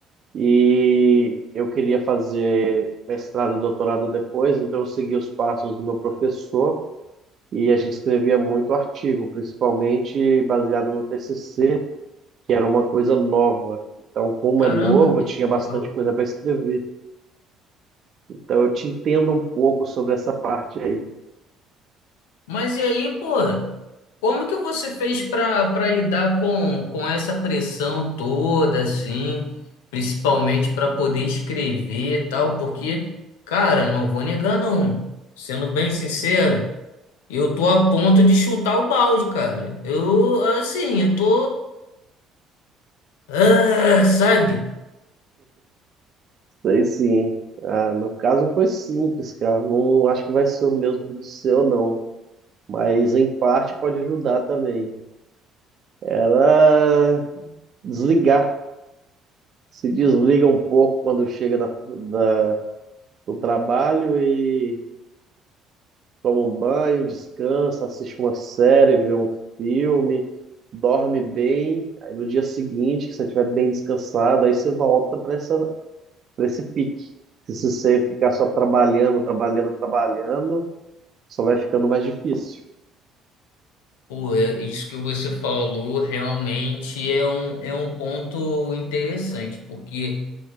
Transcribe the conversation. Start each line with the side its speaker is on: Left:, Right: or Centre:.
Right: e eu queria fazer mestrado e doutorado depois, então eu segui os passos do meu professor e a gente escrevia muito artigo, principalmente baseado no TCC, que era uma coisa nova. Então, como
Left: Caramba,
Right: é novo,
Left: que
Right: tinha bastante
Left: legal.
Right: coisa para escrever. Então, eu te entendo um pouco sobre essa parte aí.
Left: Mas e aí, pô, como que você fez para para lidar com, com essa pressão toda, assim, principalmente para poder escrever e tal? Porque, cara, não vou negar, não. Sendo bem sincero, eu tô a ponto de chutar o balde, cara. Eu, assim, eu tô. Ah, sabe?
Right: Sei sim. Ah, meu caso foi simples, cara. Não acho que vai ser o mesmo do seu, não. Mas em parte pode ajudar também. Era desligar. Se desliga um pouco quando chega da, da- do trabalho e toma um banho, descansa, assiste uma série, vê um filme, dorme bem. Aí no dia seguinte, que você estiver bem descansado, aí você volta para essa, para esse pique. Se você ficar só trabalhando, trabalhando, trabalhando. Só vai ficando mais difícil.
Left: Pô, é- isso que você falou realmente é um, é um ponto interessante, porque,